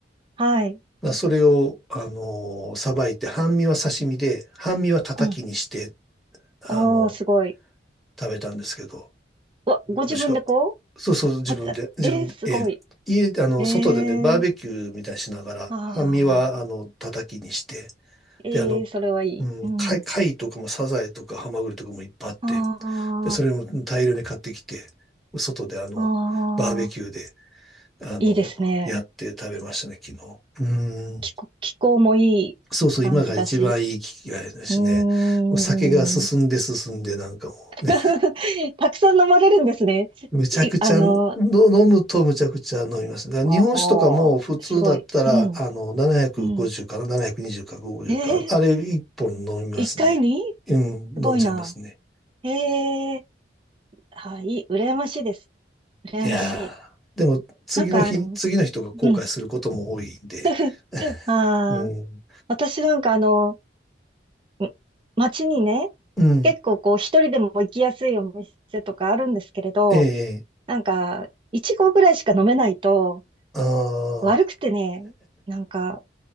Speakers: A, on the right; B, in the centre.
A: はい。
B: まあそれを、あのーさばいて、半身は刺身で、半身は叩きにして、
A: うん。
B: あの
A: おー、すごい。
B: 食べたんですけど、
A: ご、
B: 美味しか、
A: ご自分でこ
B: そうそう、自分で、
A: う、立った。
B: 自分で、
A: ええすごい。
B: ええ。家で、あの、
A: ええ
B: 外でね、バーベキューみたいにしながら、
A: あ
B: 半身は、
A: あ、
B: あの、叩きにして、
A: ええそれはいい。
B: で、あの、うん、
A: うん。
B: 貝、貝とかもサザエとかハマグリとかもいっぱいあって、
A: あ
B: で、それも大量に買ってきて、外で、あの、
A: あ、ああ、
B: バーベキューで、あの、
A: いいですね。
B: やって食べましたね、昨日。うん。
A: 気候、気候もいい感じだし。
B: そうそう、今が一番いい機会ですね。
A: うーん。
B: もう酒が進んで進んで、なんかもうね
A: <laughs> たくさん飲まれるんですね。
B: むちゃくちゃの飲むとむちゃくちゃ飲みます。
A: い、あの、
B: だから日本酒とかも普通だったら、
A: ああ、すごい。うん、
B: あの、750から720か50か、
A: うん。ええ
B: あれ1本飲みますね。
A: 一回に
B: うん、
A: すごいな。
B: 飲んじゃいますね。
A: ええはい、羨ましいです。羨ましい。
B: いやーでも次の日、
A: なんかあの、
B: 次の人が後悔することも多いんで。
A: うん。<laughs>
B: <laughs>
A: ああ、
B: うん、
A: 私なんかあの、うん街にね、
B: うん、
A: 結構こう一人でも行きやすいお店とかあるんですけれど、
B: ええ
A: なんか、いち合ぐらいしか飲めないと、
B: ああー、
A: 悪くてね、なんか、